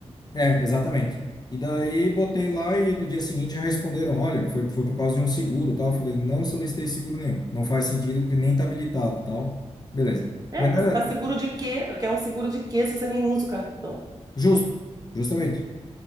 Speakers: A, on the left (about 35°); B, on the right (about 35°).
A: É, exatamente. E daí botei lá e no dia seguinte já responderam, olha, foi, foi por causa de um seguro, tal. Eu falei, não solicitei seguro nenhum. Não faz sentido porque nem tá habilitado, tal. Beleza.
B: É,
A: Mas não
B: você
A: era
B: está seguro de quê? Quer um seguro de quê se você nem usa o cartão?
A: justo, justamente,